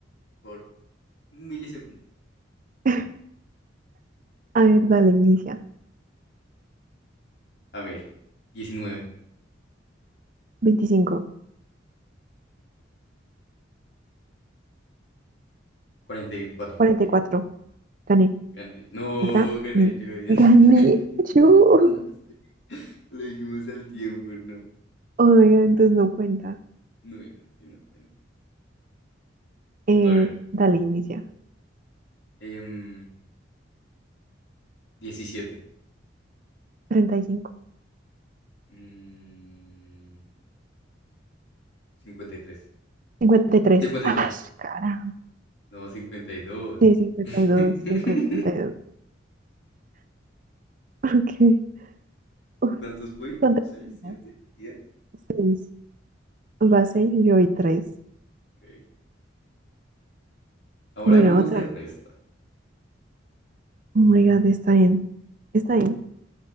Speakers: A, on the left; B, on the right.
A: Por un milisegundo.
B: A ver, dale, inicia.
A: A ver, 19.
B: Veinticinco,
A: 44.
B: cuarenta y cuatro, Gané,
A: Gané. No,
B: gané,
A: gané yo.
B: gané
A: <laughs> No
B: yo.
A: ganaste. Lo dijimos al tiempo, no.
B: Oiga, entonces no cuenta.
A: No, no, sí, no cuenta.
B: Eh,
A: A ver,
B: dale, inicia.
A: em, 17.
B: Treinta y cinco,
A: Mm, 53.
B: cincuenta y tres.
A: cincuenta
B: ¡Ah,
A: y dos
B: carajo!
A: No, cincuenta y dos
B: Sí, 52,
A: <laughs>
B: 52. Ok. Uf,
A: ¿Cuántos voy?
B: son tres
A: seis
B: rondas.
A: siete diez
B: Seis. Vas
A: seis
B: seis y yo voy tres.
A: Ok. Ahora
B: Bueno,
A: hagamos
B: otra
A: de
B: vez.
A: resta.
B: Oh my God, está bien. Está bien.